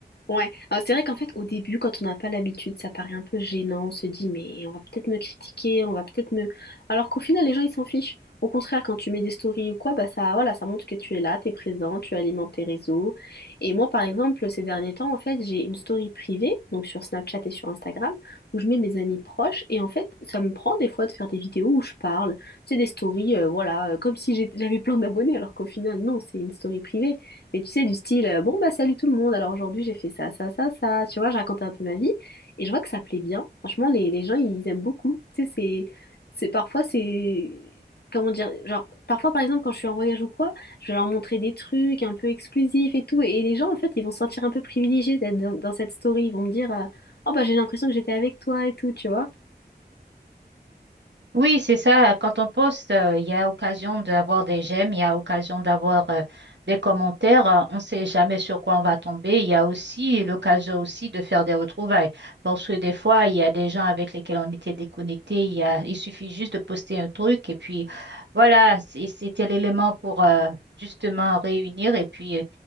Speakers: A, on the left; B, on the right.
A: Ouais, alors c'est vrai qu'en fait au début quand on n'a pas l'habitude ça paraît un peu gênant, on se dit mais on va peut-être me critiquer, on va peut-être me... Alors qu'au final les gens ils s'en fichent. Au contraire quand tu mets des stories ou quoi, bah ça voilà, ça montre que tu es là, t'es présent, tu alimentes tes réseaux. Et moi par exemple ces derniers temps en fait j'ai une story privée, donc sur Snapchat et sur Instagram, où je mets mes amis proches et en fait ça me prend des fois de faire des vidéos où je parle, c'est des stories euh, voilà, euh, comme si j'ai- j'avais plein d'abonnés alors qu'au final non, c'est une story privée. Mais tu sais, du style, euh, bon, bah salut tout le monde, alors aujourd'hui j'ai fait ça, ça, ça, ça, tu vois, je racontais un peu ma vie, et je vois que ça plaît bien. Franchement, les, les gens, ils aiment beaucoup. Tu sais, c'est, c'est parfois, c'est, comment dire, genre, parfois, par exemple, quand je suis en voyage ou quoi, je vais leur montrer des trucs un peu exclusifs et tout, et les gens, en fait, ils vont se sentir un peu privilégiés d'être dans, dans cette story, ils vont me dire, euh, oh, bah j'ai l'impression que j'étais avec toi et tout, tu vois.
B: Oui, c'est ça. Quand on poste, euh, il y a occasion d'avoir des j'aime, il y a occasion d'avoir euh, des commentaires. Euh, On ne sait jamais sur quoi on va tomber. Il y a aussi l'occasion aussi de faire des retrouvailles. Parce que des fois, il y a des gens avec lesquels on était déconnectés. Il y a, il suffit juste de poster un truc et puis voilà, c'est- c'était l'élément pour euh, justement réunir. Et puis